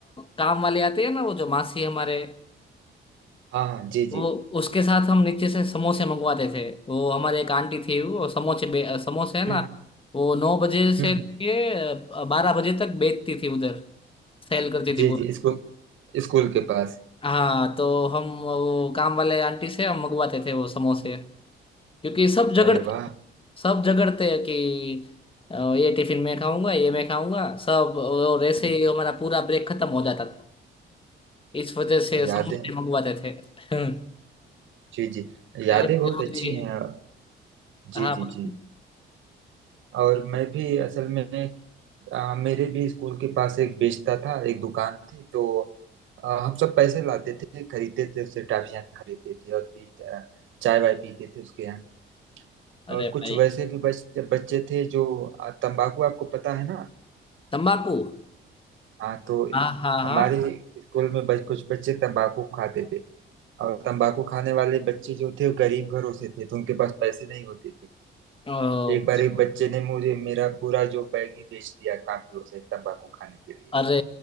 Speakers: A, on the left; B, on the right.
A: काम वाले आते हैं ना वो जो मासी हमारे
B: हाँ हाँ जी जी
A: वो उसके साथ हम नीचे से समोसे मंगवाते थे वो हमारे एक आंटी थी वो समोसे बे- समोसे है ना
B: हम्म
A: वो नौ बजे से
B: हम्म
A: लेके बारह बजे तक बेचती थी उधर सेल करती थी
B: जी जी स्कूल स्कूल के पास
A: हाँ तो हम वो काम वाले आंटी से हम मंगवाते थे वो समोसे क्योंकि सब झगड़ते
B: अरे वाह
A: सब झगड़ते हैं कि अ, ये टिफिन मैं खाऊंगा ये मैं खाऊंगा सब और ऐसे
B: हम्म,
A: ही हमारा पूरा ब्रेक खत्म हो जाता था इस वजह से समोसे
B: यादें
A: मंगवाते थे <laughs>
B: जी जी यादें
A: ऐसे
B: बहुत
A: हमारी-
B: अच्छी हैं
A: हाँ
B: जी
A: भाई।
B: जी जी और मैं भी असल में आ, मेरे भी स्कूल के पास एक बेचता था एक दुकान थी तो आ, हम सब पैसे लाते थे खरीदते थे उससे टॉफियाँ खरीदते थे और पी आ, चाय वाय पीते थे उसके यहाँ
A: अरे
B: और कुछ
A: भाई
B: वैसे भी बच, बच्चे थे जो आ, तंबाकू आपको पता है ना
A: तम्बाकू
B: हाँ तो
A: हाँ हाँ हाँ
B: हमारे स्कूल में बच, कुछ बच्चे तंबाकू खाते थे और तंबाकू खाने वाले बच्चे जो थे वो गरीब घरों से थे तो उनके पास पैसे नहीं होते थे
A: ओ,
B: एक बार एक बच्चे ने मुझे मेरा पूरा जो बैग ही बेच दिया काफी उसे तंबाकू खाने के लिए
A: अरे